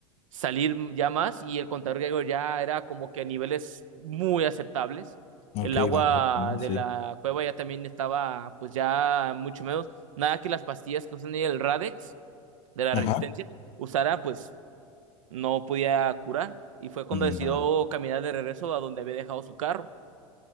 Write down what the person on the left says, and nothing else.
Ok,
vale,
sí.
Ajá.
Mm,
bro.